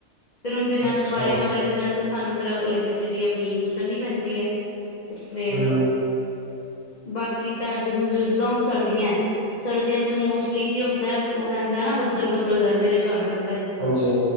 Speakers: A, on the left; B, on the right.
A: ਫਿਰ ਔਨ ਦਿਨਾਂ
B: ਅੱਛਾ,
A: 'ਚ ਬਾਰਿਸ਼ਾਂ ਵਾਲੇ ਦਿਨਾਂ ਤੇ ਸਾਨੂੰ ਫੇਰ ਇਲੈਕਟ੍ਰੀਸਿਟੀ ਆਪਣੀ ਯੂਜ ਕਰਨੀ ਪੈਂਦੀ ਏ, ਤੇ ਫੇਰ
B: ਹੂੰ,
A: ਬਾਕੀ ਤਾਂ ਜਦ ਜ ਜਦਾਂ ਹੁਨ ਸਰਦੀਆਂ ਏ ਸਰਦੀਆਂ ਚ ਮੋਸਟਲੀ ਕੀ ਹੁੰਦਾ ਏ, ਉ ਰੇਂਦਾ ਏਨਾ ਬੱਦਲ-ਬੱਦਲ ਰੇਂਦੇ ਨੇ, ਝਾੜ ਰੇਂਦਾ ਏ <unintelligible> ਜਿਦਾ
B: ਹਾਂਜੀ,